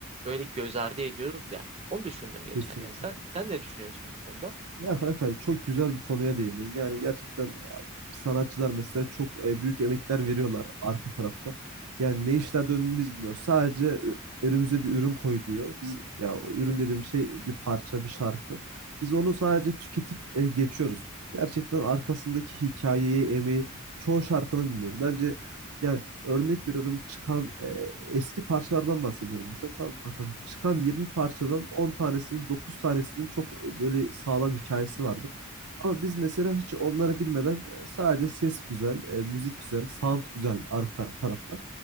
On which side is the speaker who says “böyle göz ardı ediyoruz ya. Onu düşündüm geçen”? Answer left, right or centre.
Right